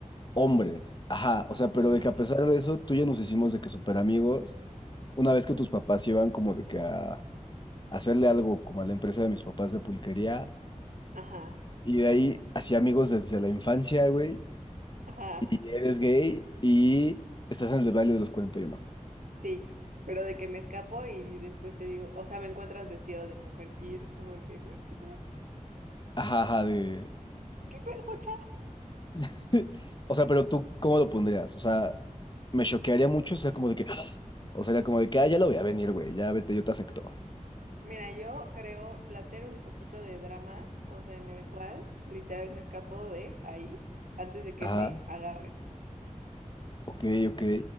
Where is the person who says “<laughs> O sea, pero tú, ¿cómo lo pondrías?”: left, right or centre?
Left